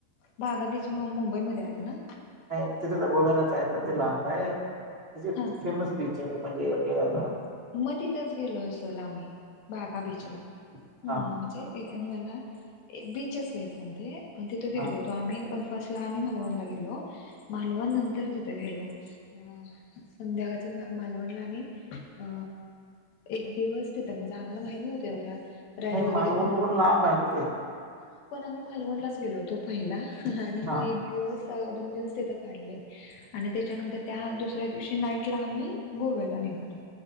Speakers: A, on the left; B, on the right.
A: बाघा बीच मु मुंबईमध्ये आलं ना.
B: नाही तिथे तर गोव्यालाच आहे पण ते लांब आहे हची
A: हा
B: फेमस बीच. चांगलं म्हणजे आपल्या यंदा.
A: मग तिथंच गेलो असेल आम्ही बागा
B: अच्छा
A: बीचला हम्
B: हा
A: म्हणजे. य मला बीचेस आहे पण ते पण तिथे गेलो
B: हा
A: होतो आम्ही फर्स्ट. ला आम्ही मालवणला गेलो मालव नंतर. तिथं गेलो अ संध्याकाळच्या मा मालवणला आम्ही. अ एक दिवस तिथं म्हणजे आम्हाला माहित नव्हतं एवढ्या. राईड
B: नाही
A: वगैरे
B: मालवण वरून लांब आहे ना ते
A: हा पण आम्ही मालवणलाच गेलो होतो. पहिला आणि
B: हा
A: मग एक दिवस दोन दिवस तिथं काढले. आणि त्याच्यानंतर त्या दुसऱ्या दिवशी नाईट ला आम्ही गोव्याला निघालो.